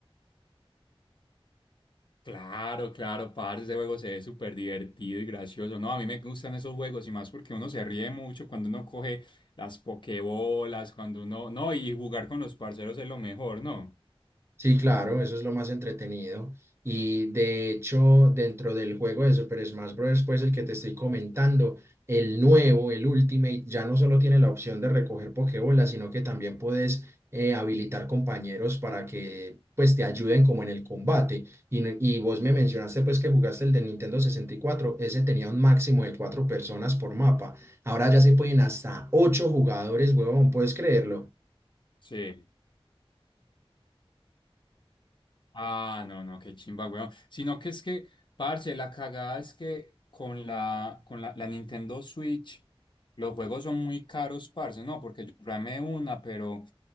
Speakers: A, on the left; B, on the right.
A: Claro, claro, parce, ese juego se ve súper divertido y gracioso. No, a mí me gustan esos juegos y más porque uno se ríe mucho cuando uno coge las pokebolas, cuando uno, no, y jugar con los parceros es lo mejor, ¿no?
B: Sí, claro, eso es lo más entretenido. Y de hecho, dentro del juego de Super Smash Bros., pues el que te estoy comentando, el nuevo, el Ultimate, ya no solo tiene la opción de recoger Pokébolas, sino que también puedes eh, habilitar compañeros para que pues te ayuden como en el combate. Y, no- y vos me mencionaste pues que jugaste el de Nintendo 64, ese tenía un máximo de cuatro personas por mapa. Ahora ya se pueden hasta ocho jugadores, huevón, ¿puedes creerlo?
A: Sí. Ah, no, no, qué chimba, weón. Sino que es que, parce, la cagada es que con la, con la, la Nintendo Switch, los juegos son muy caros, parce, no, porque yo programé una, pero,